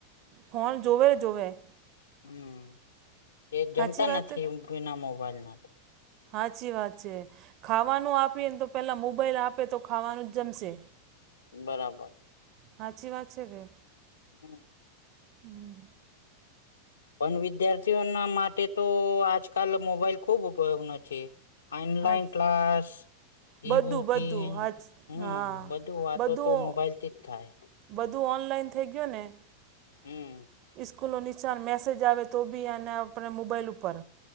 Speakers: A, on the right; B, on the left.
A: ફોન જોવે જોવે.
B: હમ્મ એ જમતા
A: સાચી વાત
B: નથી વિના મોબાઈલ ના તો
A: હાચી વાત છે ખાવાનું આપી એને તો પેલા મોબાઈલ આપ તે તો ખાવાનું જ જમશે,
B: બરાબર
A: હાચી વાત છે કે?
B: હમ્મ.
A: હમ્મ.
B: પણ વિદ્યાર્થીઓના માટે તો આજકાલ મોબાઈલ ખુબ ઉપયોગનો છે. ઓનલાઇન
A: હા
B: ક્લાસ ઈ
A: બધું
B: બુકિંગ
A: બધું હા
B: હમ્મ
A: હા
B: બધું વાતો
A: બધું
B: તો મોબાઈલથી જ થાય.
A: બધું ઓનલાઈન થઈ ગયું ને
B: હમ્મ.
A: સ્કૂલ નો નિશાન મેસેજ આવે તો બી એને આપણે મોબાઈલ ઉપર